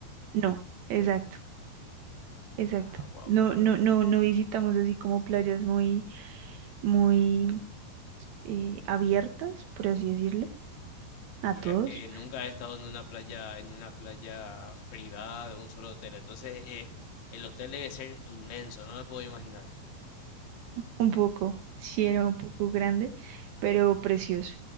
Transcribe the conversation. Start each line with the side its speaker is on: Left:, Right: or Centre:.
Right: No, exacto, exacto.
Left: Ah, wow,
Right: No,
Left: wow,
Right: no,
Left: wow.
Right: no, no visitamos así como playas muy, muy eh, abiertas, por así decirlo, a
Left: Mira
Right: todos.
Left: que nunca he estado en una playa, en una playa privada de un solo hotel. Entonces, eh, el hotel debe ser inmenso, no me puedo imaginar.
Right: Un poco, sí era un poco grande, pero precioso.